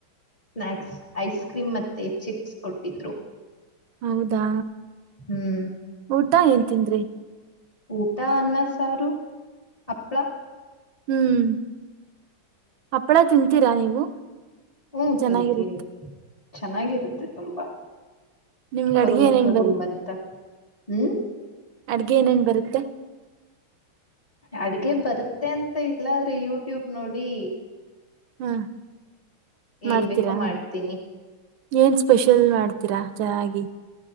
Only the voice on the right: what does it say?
ಹೌದಾ.
ಊಟಾ ಏನ್ ತನ್್ರಿ.
ಹ್ಮ್ ಹಪ್ಪಳ ತಿಂತೀರಾ ನೀವು.
ಚೆನ್ನಾಗಿರುತ್ತೆ
ನಿಮ್ಗೆ
ಅಡ್ಗೆ ಏನೇನ್
ಅಡಿಗೆ ಏನೇನ್ ಬರುತ್ತೆ.
ಹ್ಮ.
ಮಾಡ್ತೀರಾ
ಏನ್ ಸ್ಪೆಷಲ್ ಮಾಡ್ತೀರಾ. ಜಾಗಿ.